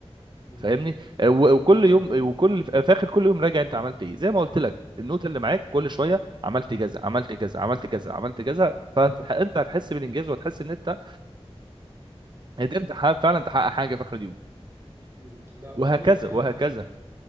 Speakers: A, on the right; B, on the right.
A: مم.
B: فاهمني آه، و- وكل
A: ايوه
B: يوم وكل في اخر كل يوم راجع انت عملت ايه زي ما قلت لك النوت اللي معاك كل شويه
A: مم.
B: عملت كذا عملت كذا عملت كذا عملت كذا فانت هتحس بالانجاز وهتحس ان انت قدرت تح- فعلا تحقق حاجه في اخر اليوم
A: مم. لا
B: وهكذا
A: اظن ان انا
B: وهكذا